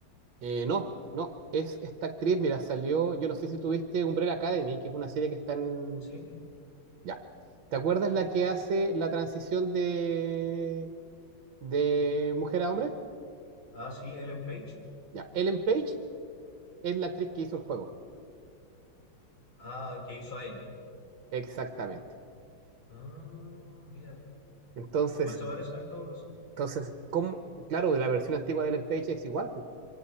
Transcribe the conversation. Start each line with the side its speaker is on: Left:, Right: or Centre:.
Right: Eh, no, no, es esta actriz, mira, salió, yo no sé si tuviste Umbrella Academy, que es una serie que está en...
Left: Sí.
Right: Ya. ¿Te acuerdas la que hace la transición de, de mujer a hombre?
Left: Ah, sí, Ellen Page.
Right: Ya. Ellen Page es la actriz que hizo el juego.
Left: Ah, que hizo a Ellie.
Right: Exactamente.
Left: Ah, mira tú.
Right: Entonces,
Left: Igual se parecen en todo caso.
Right: entonces, ¿cómo? Claro, de la versión antigua de Ellen Page es igual, pues.